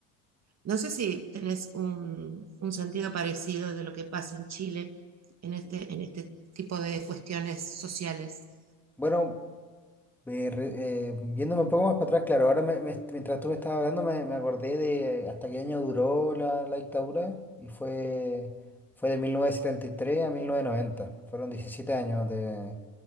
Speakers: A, on the right (about 40°); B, in the centre.
A: No sé si tenés un, un sentido parecido de lo que pasa en Chile en este, en este tipo de cuestiones sociales.
B: Bueno, eh, re- eh, yéndome un poco más para atrás, claro, ahora me- me- mientras tú me estabas hablando me, me acordé de hasta qué año duró la, la dictadura y fue, fue de 1973 a mil novecientos noventa Fueron 17 años de,